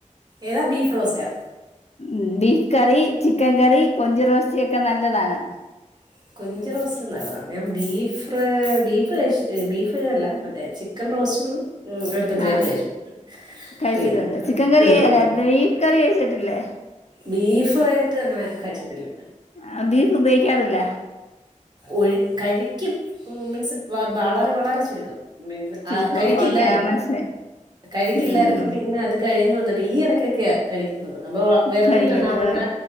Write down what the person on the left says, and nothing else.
ഉം ബീഫ് കറി ചിക്കൻ കറി കൊഞ്ചു റോസ്റ്റ ഒക്കെ നല്ലതാണ്
ആ
കഴിച്ചിട്ടുണ്ട്
ചിക്കൻ കറി
അല്ല ബീഫ് കറി കഴിച്ചിട്ടില്ലേ
ആഹ ബീഫ ഉപയോഗിക്കാറില്ല
ചുരുക്കം
ഓക്കെ ആ മനസ്സിലായി
ഉം
കഴിക്കുന്നത്